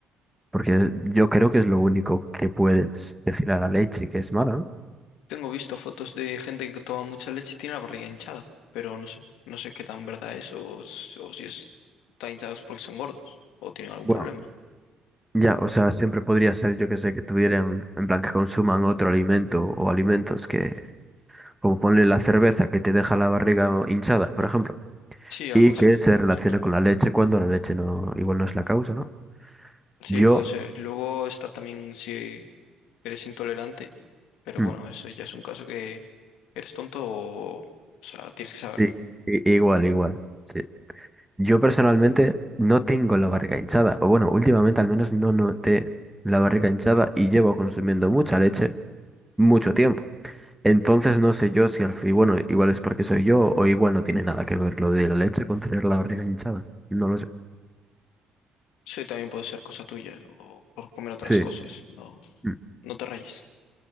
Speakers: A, in the centre; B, on the left.
A: porque yo creo que es lo único que puedes decir a la leche que es mala, ¿no?
B: Tengo visto fotos de gente que toma mucha leche y tiene la barriga hinchada, pero no sé, no sé qué tan verdad es o, s- o si es, están hinchados porque son gordos o tienen algún
A: Bueno,
B: problema.
A: ya, o sea, siempre podría ser, yo que sé, que tuvieran, en plan, que consuman otro alimento o alimentos que, como ponle la cerveza que te deja la barriga hinchada, por ejemplo,
B: Sí, algo
A: y
B: así.
A: que se relacione
B: Sí,
A: con la leche cuando la leche no, igual no es la causa, ¿no?
B: sí,
A: Yo,
B: puede ser. Luego está también si eres intolerante, pero
A: mm,
B: bueno, eso ya es un caso que eres tonto o, o sea, tienes que saberlo.
A: sí, i- igual, igual. sí Yo personalmente no tengo la barriga hinchada, o bueno, últimamente al menos no noté la barriga hinchada y llevo consumiendo mucha leche mucho tiempo. Entonces no sé yo si al fin, bueno, igual es porque soy yo o igual no tiene nada que ver lo de la leche con tener la barriga hinchada. No lo sé.
B: Sí, también puede ser cosa tuya o por comer otras
A: Sí.
B: cosas, no,
A: Mm.
B: no te rayes.